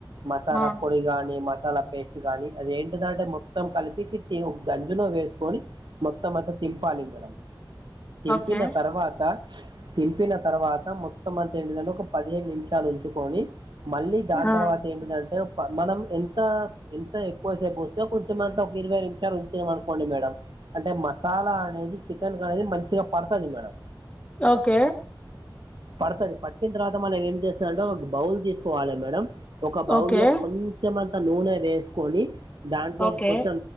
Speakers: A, on the right (about 65°); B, on the left (about 15°).
A: మసాలా
B: ఆ
A: పొడిగానీ మ మసాలా పేస్ట్ గాని అది ఏంటిద అంటే మొత్తం కలిపి ఒక గంజిలో వేసుకొని మొత్తం మత్త తింపాలి మేడం తెంపిన
B: ఓకే
A: తర్వాత తింపిన తర్వాత మొత్తం అంత ఏంటిదంటే ఒక పదిహేను నిమిషాలు ఉంచుకొని మళ్ళీ దాని
B: ఆ
A: తర్వాత ఏంటందంటే మనం ఎంత ఎంత ఎక్కువసేపు కొంచమంతా ఒక ఇరవై నిమిషాలు ఉంచినామ అనుకోండి మేడం అంటే మసాలా అనేది చికెన్ కి అనేది మంచిగా పడుతుంది మేడం
B: ఓకే
A: పడతది పట్టిన తర్వాత మనం ఏం చేస్తాం అంటే ఒక బౌల్ తీసుకోవాలి మేడం ఒక బౌల్
B: ఓకే
A: లో కొంచెం అం నూనె వేసుకొని దాంట్లో
B: ఓకే
A: కొంచెం